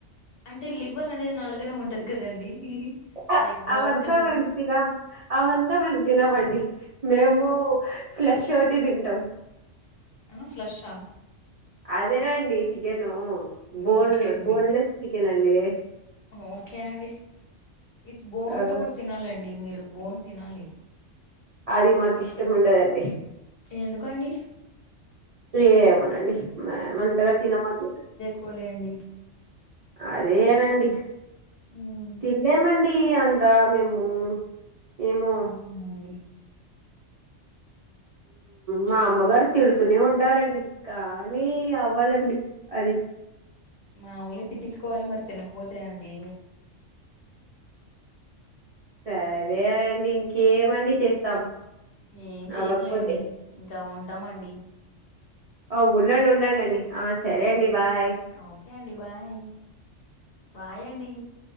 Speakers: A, on the left (about 55°); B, on the right (about 45°).
A: అంటే లివర్ అనేది నల్లగనే ఉంటది కదండి
B: అ
A: లైక్ బ్రౌన్
B: అవంతం
A: కలర్
B: మేం తినం అవంతా మేము తినమండి మేము ఫ్లెష్ ఔటే తింటాం
A: అ ఫ్లెష్ఆ
B: అదేనండి చికెను బోన్లు
A: ఓకే అండి
B: బోన్లెస్ చికెన్ అండి
A: ఓకే అండి విత్ బోన్
B: ఆ
A: తో కూడా తినాలండి మీరు బోన్ తినాలి
B: అది మాకు ఇష్టం ఉండదండి
A: ఎందుకండి
B: ఏమోనండి మేమ్ అంతగా తినమండి
A: కోలే అండి
B: అదేనండి
A: మ్
B: తిన్లేమండి అంతా మేము ఏమో
A: అవునండి
B: మా అమ్మగారు తిడుతూనే ఉంటారండి కానీ అవ్వదండి అది
A: మామూలే తిట్టించుకోవాలి మరి తినకపోతే అండి
B: సరే అండి ఇంకేమండి చేస్తాం
A: ఏం చేయట్లేండి
B: అవ్వకపోతే
A: ఇంకా ఉంటామండి
B: అ ఉన్నండీ ఉన్నండండీ ఆ సరే అండి బాయ్
A: ఓకే అండి బాయ్ బాయ్ అండి